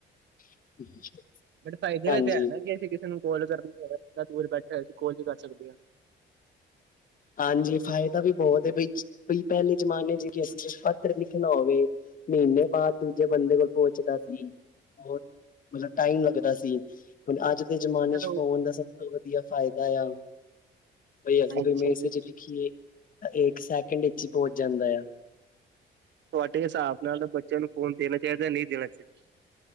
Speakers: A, on the left; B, on the right.
A: <inaudible>
B: ਬਟ ਫਾਇਦੇ
A: ਹਾਂਜੀ
B: ਵਿੱਚ ਹੈ ਨਾ। ਕਿ ਅਸੀਂ ਕਿਸੇ ਨੂੰ ਕੌਲ ਕਰਨੀ ਦੂਰ ਬੈਠੇ, ਅਸੀਂ ਕੋਲ ਵੀ ਕਰ ਸਕਦੇ ਹਾਂ।
A: ਹਾਂਜੀ ਫ਼ਾਇਦਾ ਵੀ ਬਹੁਤ ਬਈ, ਬ ਪਹਿਲੇ ਜਮਾਨੇ ਚ ਕਿ ਅਸੀਂ ਪੱਤਰ ਲਿਖਣਾ ਹੋਵੇ ਮਹੀਨੇ ਬਾਅਦ ਦੂਜੇ ਬੰਦੇ ਕੋਲ ਪਹੁੰਚਦਾ ਸੀ। ਬਹੁਤ ਮਤਲਬ ਟਾਈਮ ਲੱਗਦਾ ਸੀ। ਹੁਣ ਅੱਜ ਦੇ ਜਮਾਨੇ
B: ਹੈਲੋ
A: ਚ ਫੋਨ ਦਾ ਸਭ ਤੋਂ ਵਧੀਆ ਫਾਇਦਾ ਆ ਬਾਈ ਅਸੀ
B: ਅੱਛਾ
A: ਮੇਲ
B: ਜੀ
A: ਲਿਖੀਏ ਇੱਕ ਸੈਕਿੰਡ ਵਿੱਚ ਹੀ ਪਹੁੰਚ ਜਾਂਦਾ ਆ।
B: ਤੁਹਾਡੇ ਹਿਸਾਬ ਨਾਲ ਤਾਂ ਬੱਚਿਆਂ ਨੂੰ ਫੋਨ ਦੇਣਾ ਚਾਹੀਦਾ ਜਾਂ ਨਹੀਂ ਦੇਣਾ ਚਾਹੀਦਾ?